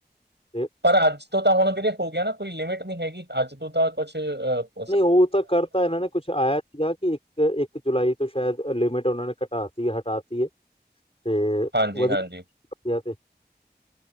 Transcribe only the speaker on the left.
ਤੇ
ਨਹੀਂ ਉਹ ਤਾਂ ਕਰਤਾ ਇਹਨਾਂ ਨੇ ਕੁਛ ਆਇਆ ਗਾ ਕਿ ਇੱਕ ਇੱਕ ਜੁਲਾਈ ਤੋਂ ਸ਼ਾਇਦ ਲਿਮਿਟ ਉਹਨਾਂ ਨੇ ਘਟਾਤੀ -ਹਟਾਤੀ ਹੈ। ਤੇ,
ਵਧੀਆ-
ਵਧੀਆ ਤੇ।